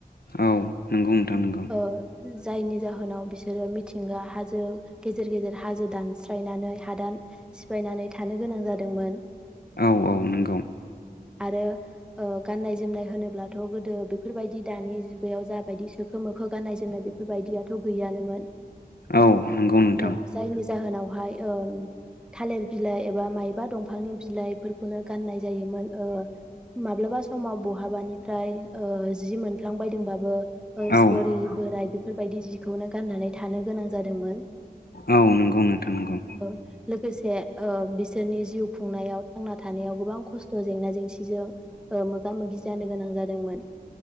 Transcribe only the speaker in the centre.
ओ जायनि जाहोनाव बिसो रो मिथिंगा हाजो गेजेर गेजेर हाजो दानस्रायनानै हादान सिफायनानै थानो गोनां जादोंमोन
आरो ओ गाननाय जोमनाय होनोब्लाथ गोदो बेफोरबायदि दानि जुगायाव जाबायदि सोखो मोखो गाननाय जोमनाय बेफोरबायदियाथ गैयानोमोन।
औ जायनि जाहोनाव हाय ओम थालिर बिलाइ एबा माइबा दंफांनि बिलाइफोरखौनो गाननाय जायोमोन ओ माब्लाबा समाव बहाबानिफ्राय ओ जि मोनफ्लां बायदोंबाबो
सरि बोराय बे बेफोरबायदि जिखौनो गाननानै थानो गोनां जादोंमोन
औ लोगोसे ओ बिसोरनि जिउ खुंनायाव थांना थानायाव गोबां खस्थ जेंना जेंसिजों ओ मोगा मोगि जानो गोनां जादोंमोन।